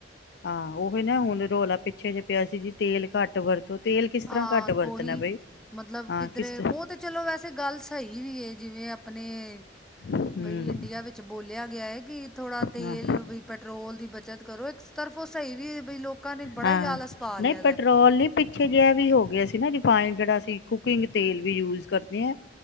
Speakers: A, on the left (about 65°); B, in the centre.
A: ਆਹ, ਉਹ ਨਾ ਹੁਣ ਰੌਲਾ ਪਿੱਛੇ ਜੇ ਪਿਆ ਸੀ, ਜੀ ਤੇਲ ਘੱਟ ਵਰਤੋ। ਤੇਲ ਕਿਸ
B: ਹਾਂ
A: ਤਰ੍ਹਾਂ ਘੱਟ ਵਰਤਣਾ
B: ਉਹੀ
A: ਬਈ
B: ਮਤਲਬ
A: ਹਾਂ
B: ਕਿਧਰੇ
A: ਕਿਸ
B: ਉਹ ਤੇ ਚਲੋ, ਵੈਸੇ ਗੱਲ ਸਹੀ ਵੀ ਐ, ਜਿਵੇਂ ਆਪਣੇ
A: ਹਮ
B: ਬਈ ਇੰਡੀਆ ਵਿੱਚ ਬੋਲਿਆ ਗਿਆ ਏ ਕਿ ਥੋੜਾ ਤੇਲ
A: ਹਾਂ
B: ਵੀ ਪੈਟਰੋਲ ਦੀ ਬੱਚਤ ਕਰੋ ਇੱਕਸ ਤਰਫੋਂ ਸਹੀ ਵੀ ਐ ਬਈ ਲੋਕਾਂ ਨੇ ਬੜਾ
A: ਹਾਂ
B: ਹੀ ਆਲਸ ਪਾ ਲਿਆ
A: ਨਹੀਂ
B: ਦਾ
A: ਪੈਟਰੋਲ ਨੀ ਪਿੱਛੇ ਜਿਹਾ ਵੀ ਹੋ ਗਿਆ ਸੀ ਨਾ ਰਿਫਾਈੰਡ ਜਿਹੜਾ ਅਸੀਂ ਕੁਕਿੰਗ ਤੇਲ ਵੀ ਯੂਜ ਕਰਦੇ ਆ